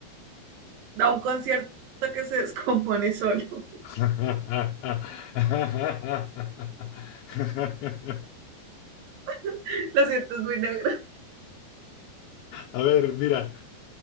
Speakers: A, on the right; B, on the left.
A: da un concierto que se descompone solo.
B: <laughs>
A: <laughs> Lo siento, es muy negro.
B: A ver, mira,